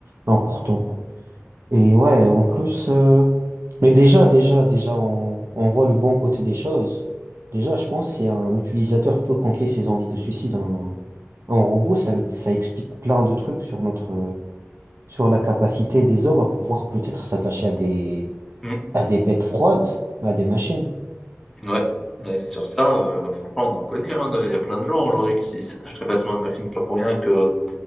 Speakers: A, on the right; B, in the centre.
A: importants. Et ouais, en plus, euh, mais déjà, déjà, déjà, on, on voit le bon côté des choses. Déjà, je pense si un utilisateur peut confier ses envies de suicide à un, à un robot, ça, ça explique plein de trucs sur notre, euh, sur la capacité des hommes à pouvoir peut-être s'attacher à des,
B: Mmh.
A: à des bêtes froides, à des machines.
B: Ouais, mais sur ça, heu, franchement, on en connaît, hein, de il y a plein de gens aujourd'hui qui s'attachent très facilement à une machine, pas pour rien que euh,